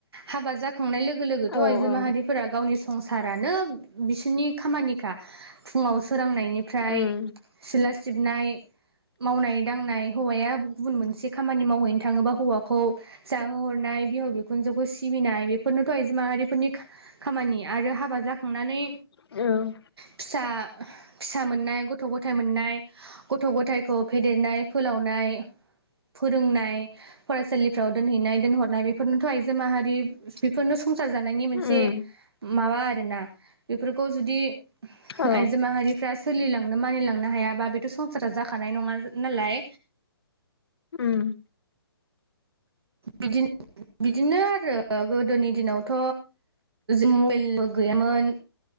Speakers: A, on the right; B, on the left.
A: हाबा जाखांनाय लोगो लोगो थ'
B: औ
A: आइजो
B: औ
A: माहारिफोरा गावनि संसारानो बिसोरनि खामानिखा फुङाव सोरांनायनिफ्राय
B: उम
A: सिथला सिबनाय मावनाय दांनाय हौवाया गुबुन मोनसे खामानि मावहैनो थाङोबा हौवाखौ जाहोहरनाय बिहाव बिखुनजोखौ सिबिनाय बेफोरनोथ' आइजो माहारिफोरनि खामानि आरो हाबा जाखांनानै
B: औ
A: फिसा फिसा मोननाय गथ' गथाय मोननाय गथ' गथायखौ फेदेरनाय फोलावनाय फोरोंनाय फरायसालिफ्राव दोनहैनाय दोनहरनाय बेफोरनोथ' आइजो माहारि बेफोरनो संसार संसारा जानाय नि
B: उम
A: माबा आरो ना बेफोरखौ जुदि
B: औ
A: आयजो माहारि फ्रा सोलिलांनो मानिलांनो हायाबा बेथ' संसारा जाखानाय नङा नालाय
B: ओम
A: बिदि बिदिनो आरो गोदोनि दिनावथ' मबाइलबो गैयामोन